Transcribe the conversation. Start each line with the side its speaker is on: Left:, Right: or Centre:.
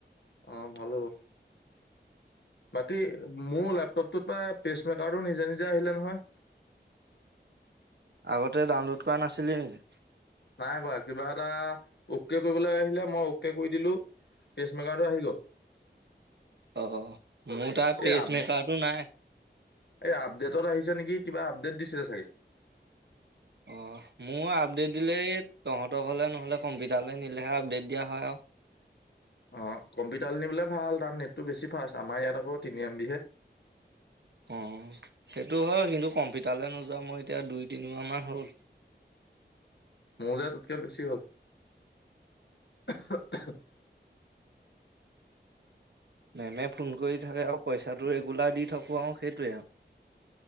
Left: অ ভাল হব বাকী, মোৰ লেপটপ টোত পেচমেকাৰটো নিজে নিজে আহিলে নহয়।
Right: আগতে ডাউনলোড কৰা নাছিলি নেকি?
Left: নাই কৰা কিবা এটা অকে কৰিবলৈ আহিলে মই অকে কৰি দিলো, পেছ মেকাৰটো আহি গ'ল।
Right: অ মোৰ তাত
Left: এই
Right: পেচমেকাৰটো
Left: আপডেট
Right: নাই।
Left: এই আপডেটত আহিছে নেকি কিবা আপডেট দিছিলে চাগে।
Right: অ মোৰ আপডেট দিলে, এই তহঁত নহ'লে কম্পিউটাৰলৈ নিলেহে আপডেট দিয়া হয় আৰু।
Left: অ কম্পিউটাৰ নিবলে ভাল তাৰ নেটটো বেছি ফাৰ্ষ্ট আমাৰ ইয়াত আকৌ তিনি এমবিহে
Right: অ সেইটো হয় কিন্তু কম্পিউটাৰলৈ নোযোৱা মই এতিয়া দুই তিনিমাহ মান হল।
Left: মোৰ যে টোতকে বেছি হ'ল। অহু অহু
Right: মেমে ফোন কৰি থাকে আৰু পইচাটো ৰেগুলাৰ দি থাকোঁ আৰু সেইটোৱেই আৰু।